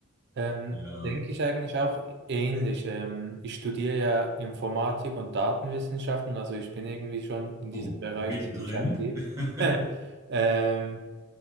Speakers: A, on the right; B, on the right.
A: Ähm,
B: Ja.
A: denke ich eigentlich auch ähnlich. Ähm, ich studiere ja Informatik und Datenwissenschaften, also ich bin irgendwie schon in diesem
B: Oh,
A: Bereich
B: mittendrin.
A: ziemlich aktiv.
B: <laughs>
A: <laughs> Ähm,